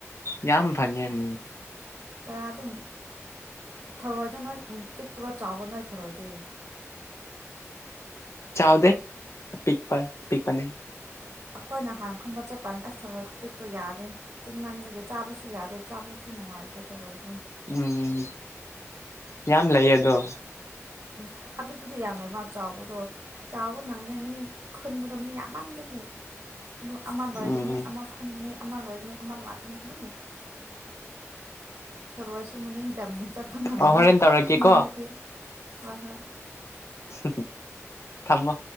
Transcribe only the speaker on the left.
ꯌꯥꯝ ꯐꯪꯉꯦ ꯃꯝ
ꯆꯥꯎꯗꯦ ꯄꯤꯛꯄ ꯄꯤꯛꯄꯅꯦ
ꯎꯝ ꯌꯥꯝ ꯂꯩꯌꯦ ꯑꯗꯣ
ꯎꯝ
ꯑꯣ ꯍꯣꯔꯦꯟ ꯇꯧꯔꯛꯀꯦꯀꯣ
ꯍꯨ ꯍꯨ ꯊꯝꯃꯣ